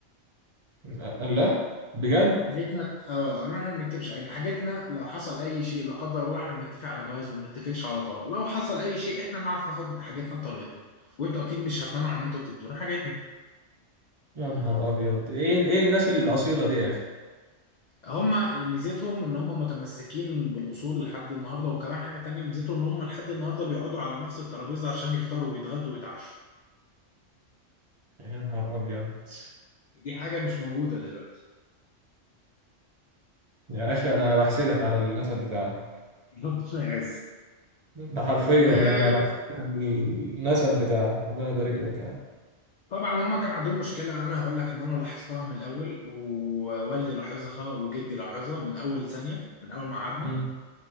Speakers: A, on the right; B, on the left.
A: مم، الله بجد
B: حاجتنا اه قالوا احنا ما بنكتبش قايمه حاجتنا لو حصل اي شيء لا قدر الله احنا بنتفق على جواز ما بنتفقش على طلاق لو حصل اي شيء احنا نعرف ناخد حاجتنا بطريقتنا وانتوا اكيد مش هتمنعوا ان انتوا تدونا حاجتنا
A: يا نهار ابيض ايه ايه الناس الاصيله دي يا اخي
B: هم ميزتهم ان هم متمسكين بالاصول لحد النهارده وكمان حاجه تانية ميزتهم ان هم لحد النهارده بيقعدوا على نفس الترابيزه عشان يفطروا ويتغدوا ويتعشوا
A: يا نهار ابيض
B: دي حاجه مش موجوده دلوقتي
A: يا اخي انا بحسدك على النسب بتاعك
B: <laughs> ربنا يعز
A: ده حرفيا
B: وطبعا
A: يعني انا بحس النسب بتاعك ربنا يبارك لك يعني
B: هما كان عندهم مشكلة أنا هقول لك إن أنا لاحظتها من الأول ووالدي لاحظها وجدي لاحظها من أول ثانية من أول ما قعدنا
A: مم.